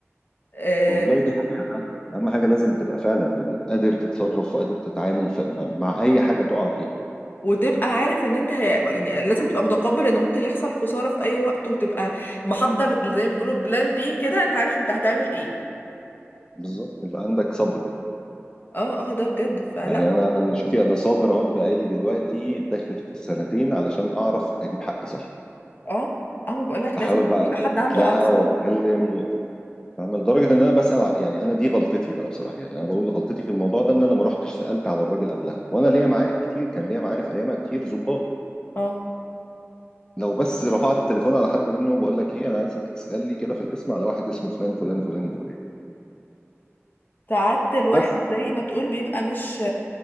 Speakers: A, on the left; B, on the left.
A: آه،
B: والله دي حقيقة فعلا. أهم حاجة لازم تبقى فعلا قادر تتصرف وقادر تتعامل ف- مع أي حاجة تقع فيها
A: وتبقى عارف ان انت هي... يعني لازم تبقى متقبل ان ممكن يحصل خسارة في اي وقت وتبقى محضر زي ما بتقولوا بلان بي كده انت عارف انت هتعمل ايه
B: بالظبط يبقى عندك صبر
A: اه اه ده بجد فلا
B: يعني
A: ما
B: أنا أنا أنا شوفي أنا صابر أهو بقالي دلوقتي داخل في السنتين علشان أعرف أجيب حقي صح
A: اه اه ما بقولك
B: بحاول
A: لازم يكون
B: بقى
A: يبقى
B: أتكتك
A: حد عنده
B: لها
A: اعصاب
B: وأتكلم و- فاهمة لدرجة إن أنا بسأل ع- يعني أنا دي غلطتي بقى بصراحة يعني أنا بقول غلطتي في الموضوع ده إن أنا ما رحتش سألت على الراجل قبلها وأنا ليا معارف كتير كان ليا معارف أيامها كتير ظباط
A: اه
B: لو بس رفعت التليفون على حد منه بقول لك ايه انا عايزك تسال لي كده في الاسم على واحد اسمه فلان فلان فلان الفلاني
A: ساعات الواحد
B: بس
A: زي ما تقول بيبقى مش